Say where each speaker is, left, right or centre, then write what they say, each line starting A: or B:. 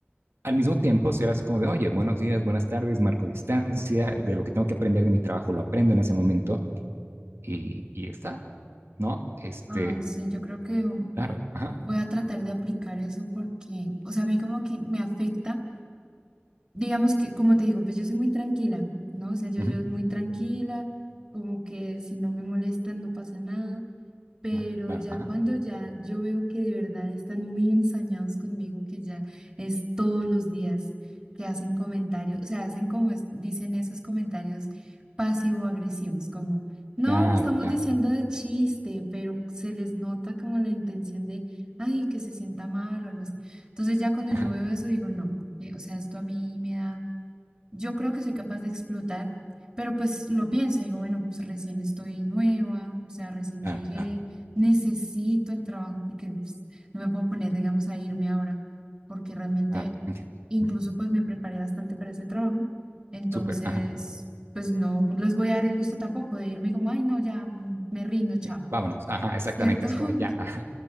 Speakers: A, on the right (about 75°); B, on the right (about 20°).
A: al mismo tiempo ser así como de, oye, buenos días, buenas tardes, marco distancia, de lo que tengo que aprender de mi trabajo lo aprendo en ese momento y, y está, ¿no? Este,
B: Ay, sí, yo creo que um,
A: claro, ajá.
B: voy a tratar de aplicar eso porque, o sea, a mí como que me afecta, digamos que, como te digo, pues yo soy muy tranquila, ¿no? O sea, yo,
A: ujú.
B: yo muy tranquila, como que si no me molestan no pasa nada Pero
A: Claro, claro,
B: ya
A: ajá.
B: cuando ya yo veo que de verdad están muy ensañados conmigo, que ya es todos los días que hacen comentarios, o sea, hacen como es- dicen esos comentarios pasivo-agresivos, como, no,
A: Claro,
B: lo estamos
A: claro,
B: diciendo de chiste, pero se les nota como la intención de, ay, que se sienta mal o algo así. Entonces ya cuando
A: ajá.
B: yo veo eso digo, no, eh, o sea, esto a mí me da yo creo que soy capaz de explotar, pero pues lo pienso, digo, bueno, pues recién estoy nueva, o sea, recién
A: Claro,
B: llegué,
A: claro,
B: necesito el trabajo porque pues, no me puedo poner, digamos, a irme ahora, porque realmente
A: claro, entiendo.
B: incluso
A: Ujú.
B: pues me preparé bastante para ese trabajo, entonces
A: Súper, ajá.
B: pues no les voy a dar el gusto tampoco de irme como, ay, no, ya mm, me rindo, chao,
A: Sí, Vámonos, ajá, exactamente,
B: ¿cierto?
A: así
B: <laughs>
A: como de ya, ajá.